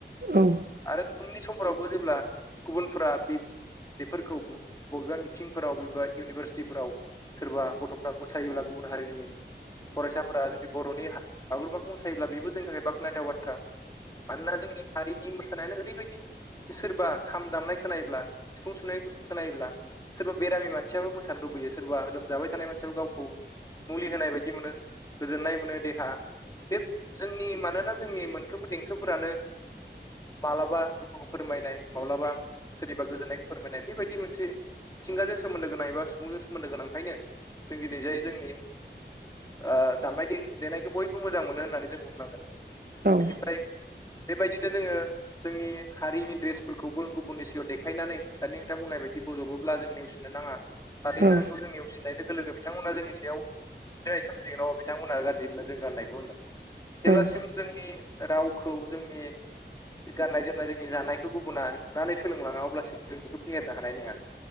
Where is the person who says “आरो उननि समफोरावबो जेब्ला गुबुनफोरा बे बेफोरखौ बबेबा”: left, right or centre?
Left